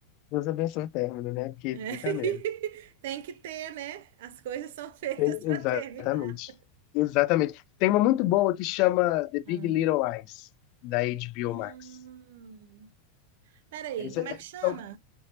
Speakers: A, on the left (about 45°); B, on the right (about 70°).
A: Deus abençoe o término, né? Porque
B: É.
A: puta
B: <laughs>
A: merda.
B: Tem que ter, né? As coisas são <laughs> feitas
A: Tem- Exatamente.
B: para terminar.
A: Exatamente. Tem uma muito boa que chama The
B: Ah.
A: Big Little Lies, da HBO
B: Hum.
A: Max.
B: Peraí,
A: Essa,
B: como
A: essa,
B: é que chama?
A: são-